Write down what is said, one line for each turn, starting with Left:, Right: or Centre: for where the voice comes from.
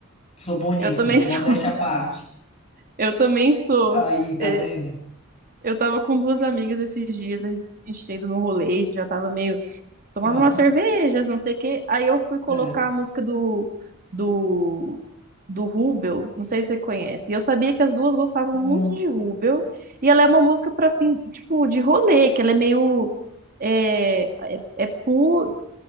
Left: Sou bom nisso,
Right: Eu também
Left: modéstia
Right: <laughs> sou,
Left: à parte.
Right: eu também sou.
Left: Aí, tá
Right: é,
Left: vendo?
Right: Eu tava com duas amigas esses dias, a gente tinha ido no rolê, a gente já tava meio tomando
Left: Aham,
Right: uma cervejas, não sei o quê. Aí eu fui colocar
Left: certo.
Right: a música do, do, do Rubel, não sei se você conhece. E eu sabia que as duas gostavam
Left: Não.
Right: muito de Rubel. E ela é uma música pra fim, tipo, de rolê, que ela é meio. É, é, é pu,